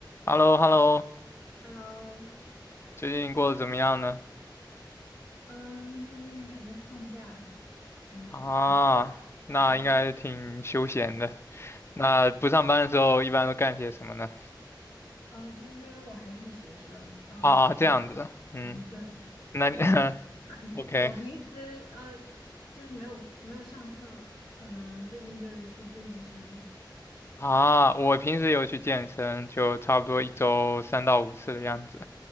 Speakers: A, on the left; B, on the left.
A: h e l l o h e l l o
B: Hello，
A: 最近过得怎么样呢？
B: 嗯，最近还在放假，挺好的。
A: 啊，
B: <laughs>
A: 那应该挺休闲的。
B: 嗯，
A: 那不上班的时候一般都干些什么呢？
B: 呃，其实我还是学生，嗯，
A: 啊，这样子，嗯，
B: <laughs> 对。
A: 那你
B: 然后
A: <laughs>
B: <laughs>
A: OK
B: 我平时呃，就是没有没有上课，可能最近就是去健健身。
A: 啊？我平时有去健身，就差不多一周三到五次的样子。